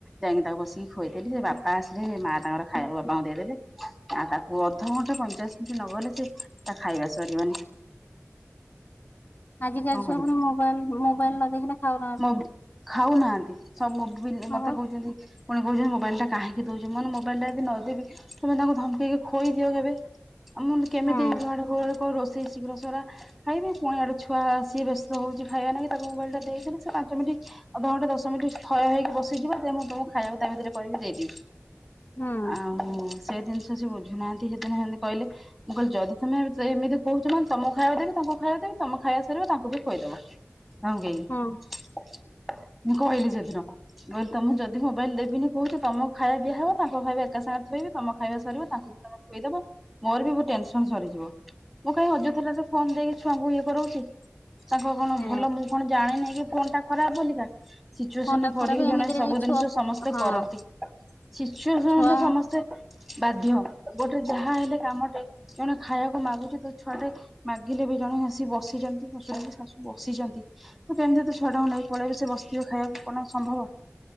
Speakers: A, in the centre; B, on the left.
A: ଯାଇକି ତାକୁ ବସିକି ଖୁଏଇଦେଲି ସେ ବାପା ଆସିଲେ ସେ ମା ତାଙ୍କର ଖାଇବାକୁ ବାପାଙ୍କୁ ଦେଇଦେଲେ। ଆଉ ତାକୁ ଅଧଘଣ୍ଟା ପଇଁଚାଶ ମିନିଟ୍ ନଗଲେ ସେ ତା ଖାଇବା ସରିବନି।
B: ଆଜିକାଲି
A: କଣ
B: ଛୁଆ
A: କରିବା
B: ପୁଣି ମୋବାଇଲ ମୋବାଇଲ ନ ଦେଖିଲେ ଖାଉନାହାନ୍ତି
A: ଖାଉ ଖାଉ ନାହାନ୍ତି। ସବ ମୁଦୁ
B: ହଁ
A: ମତେ
B: ବା
A: କହୁଛନ୍ତି। ପୁଣି କହୁଛନ୍ତି ମୋବାଇଲ ଟା କାହିଁକି ଦୋଉଛନତି ମାନେ ମୋବାଇଲ ଟା ଯଦି ନଦବୁ ସିଏପା ତାଙ୍କୁ ଧମକେଇକି ଖୋଇ ଦିଅ କେବେ? ଆଉ ମୁଁ ଏମିତି କେମିତି
B: ହୁଁ
A: କୁଆଡେ କଣ ରୋଷେଇ ଶୀଘ୍ର ସାର ଖାଇବି ପୁଣି ଆଡେ ଛୁ ଉଆ ଆସି ବ୍ୟସ୍ତ ହୋଉଚି ଖାଇବା ନାକି ତାକୁ ମୋବାଇଲଟ ଦେଇଦେଲେ ସେ ପାଞ୍ଚିମିନଟ୍ ଅଧଘଣ୍ଟା ଦଶ ମିନିଟ ଥୟ ହେଇକି ବସିଯିବ ଯେ ମୁଁ ତମକୁ ଖାଇବାକୁ ତା ଭିତରେ କରିକି ଦେଇଦେବି।
B: ହୁଁ
A: ଆଉ ସେ ଜିନିଷ ସେ ବୁଝୁନାହାନ୍ତି ସେଦିନ ହେମିତି କହିଲେ। ମୁଁ କହିଲି ଯଦି ତମେ ଏମିତି କହୁଛ ମାନେ ତମକୁ ଖାଇବାକୁ ଦେବି ତାଙ୍କୁ ଖାଇବାକୁ ଦେବି ତମ ଖାଇଆସାରିବ ତାଙ୍କୁ ବି ଖୁଇଦବ। ମୁହଁଧୋଇକି
B: ହୁଁ
A: ମୁଁ କହିଲି ସେଦିନ। ଯଦି ତମେ ଯଦି ମୋବାଇଲ ଦେବିନି କହୁଛ ତମକୁ ଖାଇଆ ଦିଆହବ ତାଙ୍କୁ ଖାଇବା ଏକା ସାଙ୍ଗରେ ଥୋଇବି ତମ ଖାଇବା ସରିବ ତାଙ୍କୁ ବି ତମ ସେଇଟାପା ମୋର ବି ଟେନସନ ସରିଯିବ। ମୁଁ କାହିଁ ଅଯଥାରେ ଫୋନ ଦେଇକି ଛୁଆଙ୍କୁ ଇଏ କରି ତାଙ୍କର କଣ
B: ସେଇଆ
A: ଭଲ ମୁଁ କଣ ଜାଣିନେହି କି ଫୋନ ଟା ଖରାପ ବୋଲିକା। ସିଚୁଏସନରେ
B: ଫୋନ୍ ଟା
A: ପଡିକି
B: ଖରାପ ଏମିତିରେ
A: ଜଣେ ସବୁ
B: ବି ଛୁଆ
A: ଜିନିଷ ସମସ୍ତେ
B: ହଁ
A: କରନ୍ତି। ସିଚୁଏସନରେ
B: ଛୁଆ
A: ସମସ୍ତେ ବାଧ୍ୟ ଗୋଟେ ଯାହା ହେଲେ କାମଟେ ଜଣେ ଖାଇବାକୁ ମାଗୁଛି ତା ଛୁଆଟେ ମାଗିଲେ ବି ଜଣେ ଆସି ବସି ତୁ ଜାଣିଚୁକି ସୁଆମୀ ଶାଶୁ ବସିଚନ୍ତି। ତୁ <unintelligible> ତା ଛୁଆଟାକୁ ନେଇକି ପଳେଇବୁ ସେ ବସିଥିବେ ଖାଇବାକୁ କଣ ସମ୍ଭବ।